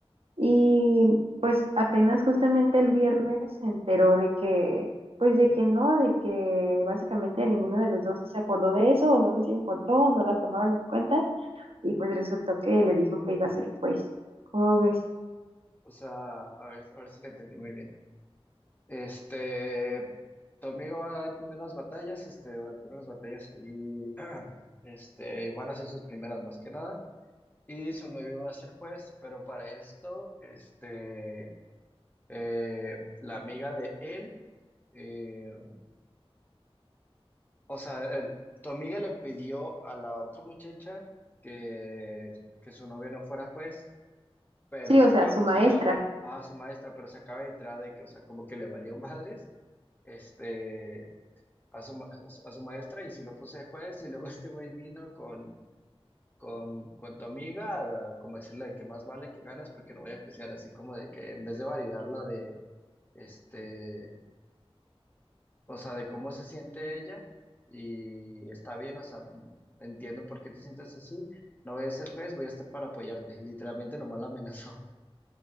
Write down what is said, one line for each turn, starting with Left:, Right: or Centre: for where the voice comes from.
Right: Y pues apenas justamente el viernes se enteró de que, pues de que no, de que básicamente ninguno de los dos se acordó de eso, o no les importó, o no la tomaron en cuenta, y pues resultó que le dijo que iba a ser juez. ¿Cómo ves?
Left: O sea, a ver, a ver si lo entendí muy bien. Este, tu amigo va a tener unas batallas, este, va a tener unas batallas allí, <clears throat> este, van a ser sus primeras más que nada, y su novio va a ser juez, pero para esto, este, eh, la amiga de él, eh, o sea, el- tu amiga le pidió a la otra muchacha que, que su novio no fuera juez, pero
Right: Sí,
Left: saca,
Right: o sea, su maestra.
Left: saca a su maestra, pero se acaba de entrar de que, o sea, como que le valió madres, este a su, ma- a su- a su maestra y si lo puse de juez y luego <laughs> este güey vino con, con, con tu amiga a, como decirle de que más vale que ganas porque no voy a juiciar, así como de que en vez de validarla de, este, o sea, de cómo se siente ella y está bien, o sea, entiendo por qué te sientes así, no voy a ser juez, voy a estar para apoyarte, literalmente nomás la amenazó. <laughs>